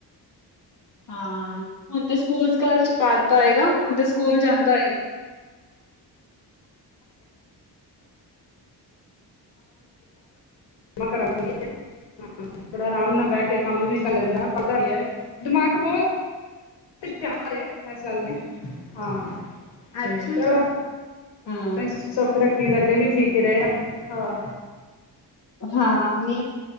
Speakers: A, on the left; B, on the left.
A: ਹਾਂ ਹੁਨ ਤਾਂ ਸਕੂਲ- ਸਕਾਲ ਚ ਪਾਤਾ ਹੋਏਗਾ ਹੁਨ ਤਾਂ ਸਕੂਲ ਜਾਂਦਾ ਹੋਏਗਾ।
B: ਕਰਗੇ <unintelligible> ਬੜੇ ਆਰਾਮ ਨਾਲ ਬਹਿ ਕੇ ਕੰਮ ਵੀ ਕਰ ਲੈਂਦਾ ਪਤਾ ਵੀ ਏ ਦਿਮਾਗ ਬੋਤ ਹੋਸ਼ਿਆਰ ਏ ਇਸ ਗੱਲ ਨੀ ਐ, ਹਾਂ ਤੇ
A: ਅੱਛਾ।
B: ਚਲੋ।
A: ਹਾਂ
B: ਸੁੱਖ ਰੱਖੀ ਤੇ ਅੱਗੇ ਵੀ ਠੀਕ ਰੇ ਆ, ਹਾਂ
A: ਹਾਂ ਨਈ